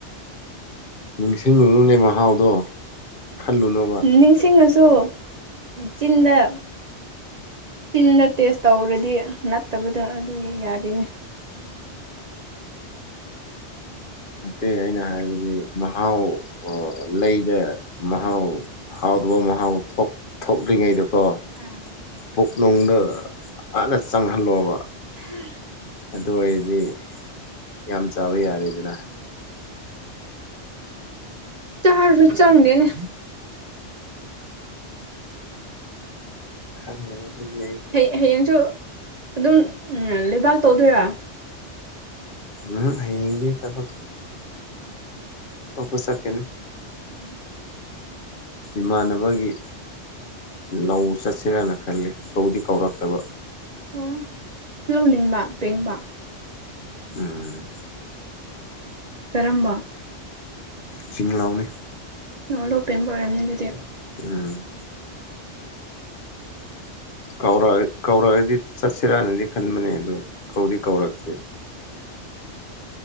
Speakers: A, on the left; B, on the right.
A: ꯅꯤꯡꯁꯤꯡꯂꯨꯅꯨꯅꯦ ꯃꯍꯥꯎꯗꯣ ꯈꯜꯂꯨꯅꯣ
B: ꯅꯤꯡꯁꯤꯡꯉꯁꯨ ꯆꯤꯟꯗ ꯆꯤꯟꯗ ꯇꯦꯁ ꯇꯧꯔꯗꯤ ꯅꯠꯇꯕꯗꯣ ꯑꯗꯨꯒꯤ ꯌꯥꯗꯦꯅꯦ
A: ꯅꯠꯇꯦ ꯑꯩꯅ ꯍꯥꯏꯕꯗꯤ ꯃꯍꯥꯎ ꯂꯩꯗ ꯃꯍꯥꯎ
B: ꯎꯝ
A: ꯍꯥꯎꯗꯕ ꯃꯍꯥꯎ ꯊꯣꯛ ꯊꯣꯛꯔꯤꯉꯩꯗꯀꯣ
B: ꯑꯥ
A: ꯄꯨꯣꯛꯅꯨꯡꯗ ꯑꯥꯟꯅ ꯆꯪꯍꯜꯂꯣꯕ
B: ꯍꯥ
A: ꯑꯗꯨ ꯑꯣꯏꯔꯗꯤ ꯌꯥꯝ ꯆꯥꯕ ꯌꯥꯔꯦꯗꯅ
B: ꯆꯥꯔꯁꯨ ꯆꯪꯗꯦꯅꯦ
A: ꯈꯪꯗ꯭ꯔꯦ ꯑꯗꯨꯗꯤ ꯑꯩ
B: ꯍꯩ ꯍꯌꯦꯡꯁꯨ ꯑꯗꯨꯝ ꯂꯩꯕꯥꯛ ꯇꯧꯗꯣꯏꯔꯥ
A: ꯎꯝ ꯍꯌꯦꯡꯗꯤ ꯊꯕꯛ ꯑꯇꯣꯞꯄ ꯆꯠꯀꯅꯤ
B: ꯎꯝ
A: ꯏꯃꯥꯟꯅꯕꯒꯤ ꯂꯧ ꯆꯠꯁꯤꯔꯥꯅ ꯈꯜꯂꯤ ꯀꯧꯗꯤ ꯀꯧꯔꯛꯇꯕ
B: ꯑꯣ ꯂꯧꯅꯤꯡꯕ ꯄꯦꯡꯕ
A: ꯎꯝ
B: ꯀꯔꯝꯕ
A: ꯆꯤꯡ ꯂꯥꯎꯅꯤ
B: ꯑꯣ ꯂꯧ ꯄꯦꯡꯕ ꯑꯣꯏꯔꯝꯅꯤ ꯑꯗꯨꯗꯤ
A: ꯎꯝ ꯀꯧꯔꯛ ꯀꯧꯔꯛꯑꯗꯤ ꯆꯠꯁꯤꯔꯥꯅꯗꯤ ꯈꯟꯕꯅꯦ ꯑꯗꯨ ꯀꯧꯗꯤ ꯀꯧꯔꯛꯇꯦ